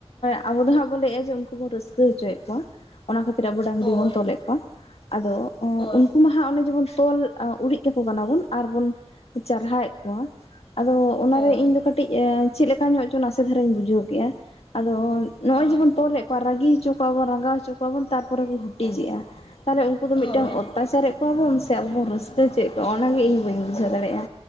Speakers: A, on the left; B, on the left.
A: ᱟᱵᱚ ᱫᱚ ᱦᱟᱸᱜ ᱵᱚᱱ ᱞᱟᱹᱭᱮᱜᱼᱟ ᱩᱱᱠᱩ ᱵᱚᱱ ᱨᱟᱹᱥᱠᱟᱹ ᱦᱚᱪᱚᱭᱮᱫ ᱠᱚᱣᱟ ᱚᱱᱟ ᱠᱷᱟᱹᱛᱤᱨ ᱟᱵᱚ ᱰᱟᱝᱨᱤ
B: ᱦᱳᱭ
A: ᱵᱚᱱ ᱛᱚᱞᱮᱫ ᱠᱚᱣᱟ ᱟᱫᱚ
B: ᱦᱳᱭ
A: ᱩᱱᱠᱩᱢᱟ ᱦᱟᱸᱜ ᱚᱱᱮ ᱡᱮᱢᱚᱱ ᱛᱚᱞ ᱟ ᱩᱨᱤᱡ ᱠᱟᱠᱚ ᱠᱟᱱᱟ ᱵᱚᱱ ᱟᱨᱵᱚᱱ ᱪᱟᱨᱦᱟᱭᱮᱫ ᱠᱚᱣᱟ ᱟᱫᱚ ᱚᱱᱟᱨᱮ
B: ᱦᱳᱭ
A: ᱤᱧ ᱫᱚ ᱠᱟᱹᱴᱤᱡ ᱪᱮᱫ ᱞᱮᱠᱟ ᱧᱚᱜ ᱪᱚ ᱱᱟᱥᱮ ᱫᱷᱟᱨᱟᱧ ᱵᱩᱡᱷᱟᱹᱣ ᱠᱮᱫ-ᱟ ᱟᱫᱚ ᱱᱚᱜ-ᱚᱭ
B: ᱦᱳᱭ
A: ᱡᱮᱵᱚᱱ ᱛᱚᱞᱮᱫ ᱠᱚᱣᱟ ᱨᱟᱹᱜᱤ ᱦᱚᱪᱚ ᱠᱚᱣᱟ ᱵᱚᱱ ᱨᱟᱸᱜᱟᱣ ᱦᱚᱪᱚ ᱠᱚᱣᱟ ᱵᱚᱱ ᱛᱟᱨᱯᱚᱨᱮ ᱠᱚ ᱦᱩᱴᱤᱡᱮᱜ-ᱟ᱾ ᱛᱟᱦᱚᱞᱮ ᱩᱱᱠᱩ ᱫᱚ
B: ᱦᱳᱭ
A: ᱢᱤᱫᱴᱟᱝ ᱚᱛᱛᱟᱪᱟᱨᱮᱫ ᱠᱚᱣᱟ ᱵᱚᱱ ᱥᱮ ᱟᱵᱚ ᱵᱚᱱ ᱨᱟᱹᱥᱠᱟᱹ ᱦᱚᱪᱚᱭᱮᱫ ᱠᱚᱣᱟ ᱚᱱᱟᱜᱮ ᱤᱧ ᱵᱟᱹᱧ ᱵᱩᱡᱷᱟᱹᱣ ᱫᱟᱲᱮᱭᱟᱜ-ᱟ᱾